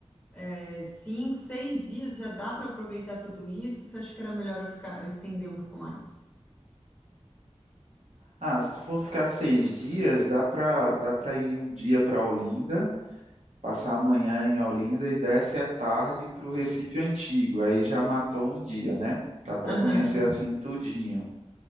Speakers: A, on the left; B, on the right.
A: é, cinco, seis dias, já dá para aproveitar tudo isso? Você acha que era melhor eu ficar, eu estender um pouco mais?
B: Ah, se tu for ficar seis dias, dá para dá para ir um dia para Olinda, passar a manhã em Olinda e desce à tarde para o Recife Antigo. Aí já matou um dia, né? Dá para
A: Aham.
B: conhecer assim tudinho.